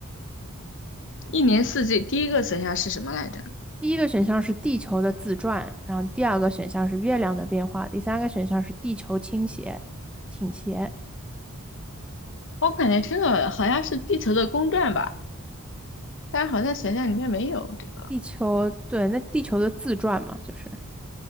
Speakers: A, on the left; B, in the centre.
A: 一年四季第一个选项是什么来着？
B: 第一个选项是地球的自转，然后第二个选项是月亮的变化，第三个选项是地球倾斜，倾斜。
A: 我感觉这个好像是地球的公转吧，但是好像选项里面没有这个。
B: 地球，对，那地球的自转嘛，就是，